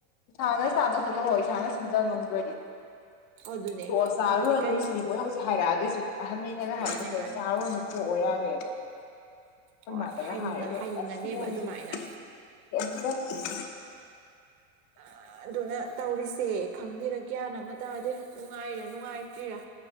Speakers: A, on the left; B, on the right.
A: ꯏꯁꯥꯅ ꯆꯥꯗꯣꯛ ꯊꯧꯇꯣꯛꯑꯣ ꯏꯁꯥꯅ ꯁꯤꯟꯖ ꯉꯝꯗ꯭ꯔꯗꯤ
B: ꯑꯗꯨꯅꯦ
A: ꯇꯣꯛ ꯆꯥꯔꯨꯔꯅꯨ
B: ꯑꯗꯨꯗꯤ ꯀꯔꯤ
A: ꯁꯤꯅꯤ ꯃꯣꯏꯅ ꯍꯧꯖꯤꯛ ꯍꯥꯏꯔꯛꯑꯗꯣꯏꯁꯤ ꯑꯍꯟꯈꯩꯅꯒ ꯍꯥꯏꯗꯣꯁꯤ
B: ꯃꯥꯅꯦ ꯃꯥꯅꯦ
A: ꯆꯥꯔꯨꯔꯅꯨ ꯇꯣꯛꯑꯣ ꯌꯥꯔꯦꯅ ꯑꯩꯈꯣꯏ
B: ꯍꯣꯏ
A: ꯃꯥꯗꯒ
B: ꯍꯥꯏꯅꯤꯡꯉ
A: ꯍꯥꯏ
B: ꯍꯥꯏꯅꯤꯡꯉꯅꯦꯕ
A: ꯑꯁ ꯃꯣꯏꯁꯤꯗꯤ
B: ꯑꯗꯨꯃꯥꯏꯅ
A: ꯀꯦꯝꯇ <unintelligible>
B: ꯑ ꯑꯗꯨꯅ ꯇꯧꯔꯤꯁꯦ ꯈꯪꯗꯦꯗ ꯒ꯭ꯌꯥꯟ ꯑꯃ ꯇꯥꯗꯦ ꯅꯨꯡꯉꯥꯏꯔ ꯅꯨꯡꯉꯥꯏꯇ꯭ꯔꯤꯔꯥ